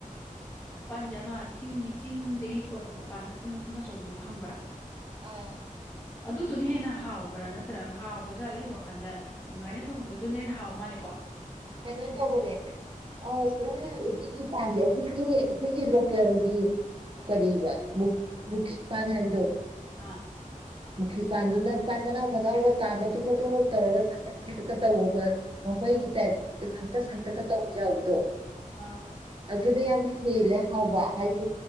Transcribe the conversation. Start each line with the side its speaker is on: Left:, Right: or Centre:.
Left: ꯄꯥꯟꯁꯦ ꯑꯃ ꯆꯤꯡꯒꯤ ꯆꯤꯡꯗꯒꯤ ꯄꯣꯔꯛꯄ ꯄꯥꯟ ꯃꯇꯨꯝ ꯃꯇꯨꯝ ꯑꯆꯧꯕꯗꯣ ꯈꯪꯕ꯭ꯔꯥ
Right: ꯑ
Left: ꯑꯗꯨꯗꯨꯅ ꯍꯦꯟꯅ ꯍꯥꯎꯕ꯭ꯔꯥ ꯅꯠꯇ꯭ꯔꯒ ꯍꯥꯎꯕ ꯖꯥꯠꯂ ꯑꯩ ꯋꯥꯈꯟꯗ ꯑꯗꯨꯃꯥꯏꯅ ꯊꯣꯡꯕꯗꯨ ꯗꯨꯅ ꯍꯦꯟꯅ ꯍꯥꯎ ꯃꯥꯜꯂꯦꯀꯣ
Right: ꯀꯩꯅꯣ ꯇꯧꯕꯅꯦ ꯑ ꯁꯒꯣꯜ ꯍꯋ꯭ꯥꯏ ꯎꯇꯤꯒꯤ ꯄꯥꯟꯁꯦ ꯑꯩꯈꯣꯏꯒꯤ ꯑꯩꯈꯣꯏꯒꯤ ꯂꯣꯀꯦꯜꯒꯤ ꯀꯔꯤꯕ ꯃꯨꯈꯤ ꯃꯨꯈꯤ ꯄꯥꯟ ꯍꯥꯏꯕꯗꯣ
Left: ꯑꯥ
Right: ꯃꯨꯈꯤ ꯄꯥꯟꯗꯨꯅ ꯄꯥꯟ ꯃꯅꯥꯎ ꯃꯅꯥꯎꯒ ꯇꯥ ꯃꯇꯨꯝ ꯃꯇꯨꯝꯒ ꯇꯧꯔꯒ ꯁꯥꯡꯇꯛ ꯁꯥꯡꯇꯛꯀ ꯇꯧꯕ ꯃꯃꯩꯒꯤ ꯇꯥꯏꯞꯇ ꯁꯥꯡꯇꯛ ꯁꯥꯡꯇꯛꯀ
Left: ꯎꯝ
Right: ꯇꯧꯕ ꯌꯥꯎꯕꯗꯣ
Left: ꯑꯥ
Right: ꯑꯗꯨꯅ ꯌꯥꯝ ꯍꯦꯜꯂꯦ ꯍꯥꯎꯕ ꯍꯥꯏꯗꯤ